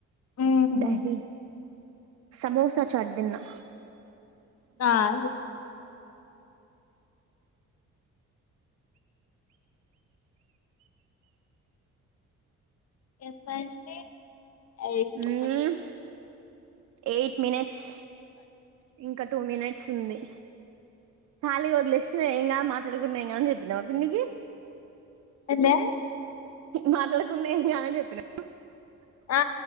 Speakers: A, on the left; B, on the right.
A: మ్మ్
B: ధహీ సమోసా చాట్దిన్నా.
A: ఆ <inaudible> ఎంతంటే ఐదు చెప్పండి
B: మ్మ్ ఎయిట్ మినెట్స్. ఇంకా టూ మినెట్స్ ఉంది. ఖాళీ వదిలేశిన ఏం గాద్ మాట్లాడుకున్నా ఏం గాద్ అని చెప్పినవా పిన్నికీ.
A: ఏందే
B: మాట్లాడకున్నా ఏం గాద్ అని చెప్పినవా
A: ఆ